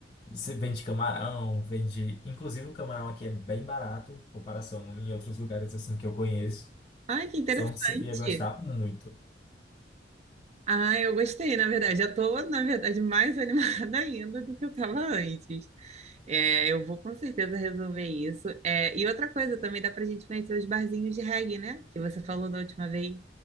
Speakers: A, on the left; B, on the right.
A: Você vende camarão, vende. Inclusive, o camarão aqui é bem barato, em comparação em outros lugares assim que eu conheço.
B: Ai, que interessante!
A: Então, você ia gostar muito.
B: Ah, eu gostei, na verdade. Eu tô, na verdade, mais <laughs> animada ainda do que eu estava antes. É, eu vou com certeza resolver isso. É, e outra coisa também, dá pra gente conhecer os barzinhos de reggae, né? Que você falou da última vez.